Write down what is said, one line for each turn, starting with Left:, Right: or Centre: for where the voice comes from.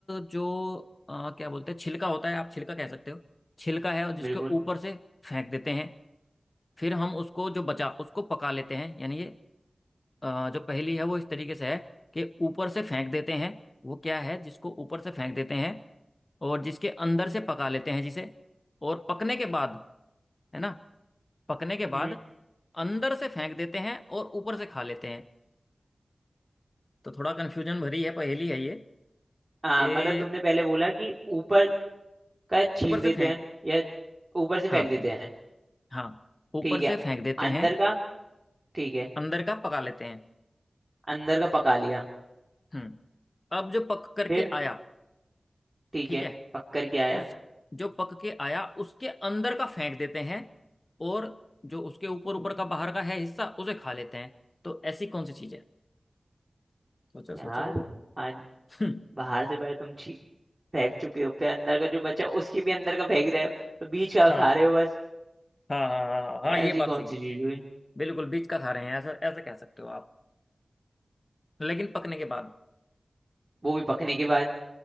Left: जो अ, क्या बोलते हैं छिलका होता है आप छिलका कह सकते हो छिलका है और जिसके
Right: बिल्कुल
Left: ऊपर से फेंक देते हैं फिर हम उसको जो बचा उसको पका लेते हैं यानी ये अ, जो पहेली है वो इस तरीके से है कि ऊपर से फेंक देते हैं वो क्या है जिसको ऊपर से फेंक देते हैं और जिसके अंदर से पका लेते हैं जिसे और पकने के बाद है ना पकने के
Right: हम्म
Left: बाद अंदर से फेंक देते हैं और ऊपर से खा लेते हैं तो थोड़ा कन्फ्यूजन भरी है पहेली है ये
Right: हाँ
Left: कि
Right: मतलब तुमने पहले बोला कि ऊपर का छील
Left: ऊपर
Right: देते
Left: से फेंक
Right: हैं या ऊपर से
Left: हाँ
Right: फेंक देते हैं
Left: हाँ ऊपर
Right: ठीक है
Left: से फेंक देते
Right: अंदर
Left: हैं
Right: का ठीक है
Left: अंदर का पका लेते हैं
Right: अंदर का पका लिया
Left: हम्म अब जो पक करके
Right: फिर
Left: आया
Right: ठीक
Left: ठीक
Right: है
Left: है
Right: पक कर के आया
Left: उस जो पक के आया उसके अंदर का फेंक देते हैं और जो उसके ऊपर ऊपर का बाहर का है हिस्सा उसे खा लेते हैं तो ऐसी कौन सी चीज है सोचो
Right: यार
Left: सोचो
Right: आज
Left: <laughs>
Right: बाहर से पहले तुम छी फेंक चुके हो फिर अंदर का जो बचा उसकी भी अंदर का फेंक रहे हो तो बीच का
Left: हाँ
Right: खा रहे हो बस
Left: हाँ हाँ हाँ हाँ
Right: ऐसी
Left: ये बात
Right: कौन
Left: सही
Right: सी
Left: है
Right: चीज हुई
Left: बिल्कुल बीच का खा रहे हैं ऐसा ऐसा कह सकते हो आप लेकिन पकने के बाद
Right: वो भी पकने के बाद